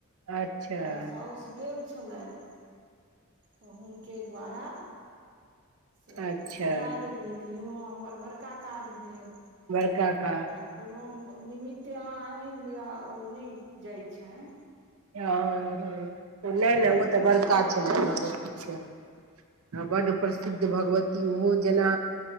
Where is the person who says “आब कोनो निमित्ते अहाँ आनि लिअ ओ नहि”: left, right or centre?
Right